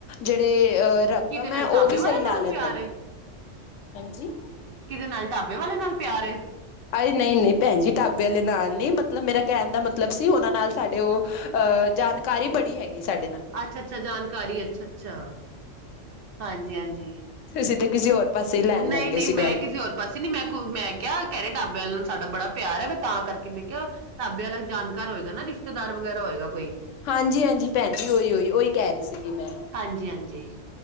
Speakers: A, on the left; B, on the right.
A: ਜਿਹੜੇ ਅਹ‌ ਰਕਮ
B: ਕਿਹਦੇ ਨਾਲ
A: ਏ, ਉਹ
B: ਢਾਬੇ
A: ਵੀ
B: ਵਾਲੇ
A: ਸਹੀ ਲਾ
B: ਨਾਲ
A: ਲੈਂਦਾ
B: ਪਿਆਰ
A: ਹੈ ਹਾਂਜੀ।
B: ਕਿਦੇ ਨਾਲ ਢਾਬੇ ਵਾਲੇ ਨਾਲ ਪਿਆਰ ਏ
A: ਅਰੇ ਨਹੀਂ -ਨਹੀਂ ਭੈਣ ਜੀ ਢਾਬੇ ਵਾਲੇ ਨਾਲ ਨੀ ਮਤਲਬ ਮੇਰਾ ਕਹਿਣ ਦਾ ਮਤਲਬ ਸੀ ਉਹਨਾਂ ਨਾਲ ਸਾਡੇ ਉਹ। ਅ ਜਾਣਕਾਰੀ ਬੜੀ ਹੈਗੀ ਸਾਡੇ ਨਾਲ।
B: ਅੱਛਾ -ਅੱਛਾ ਜਾਣਕਾਰੀ ਅੱਛਾ- ਅੱਛਾ, ਹਾਂਜੀ- ਹਾਂਜੀ।
A: ਤੁਸੀ ਤੇ ਕਿਸੇ ਹੋਰ। ਪਾਸੇ ਲੈਣ
B: ਨਹੀਂ-
A: ਲੱਗੇ
B: ਨਹੀਂ
A: ਸੀ
B: ਮੈਂ
A: ਗੱਲ
B: ਕਿਸੇ ਹੋਰ। ਪਸ ਨੀ ਮੈਂ ਕੋ ਮੈਂ ਕੇਯਾ ਕੈਰੇ ਢਾਬੇ ਆਲੇ ਨਾਲ ਸਾਡਾ ਬੜਾ ਪਿਆਰ ਐ, ਮੈਂ ਤਾਂ ਕਰਕੇ ਮੈਂ ਕੇਯਾ। ਢਾਬੇ ਆਲਾ ਜਾਣਕਾਰ ਹੋਏਗਾ ਨਾ ਰਿਸ਼ਤੇਦਾਰ ਵਗੈਰਾ ਹੋਏਗਾ ਕੋਈ।
A: ਹਾਂਜੀ-ਹਾਂਜੀ ਭੈਣ ਜੀ, ਓਈ-ਓਈ-ਓਈ ਕੈ ਰੀ ਸੀਗੀ, ਮੈਂ
B: ਹਾਂਜੀ-ਹਾਂਜੀ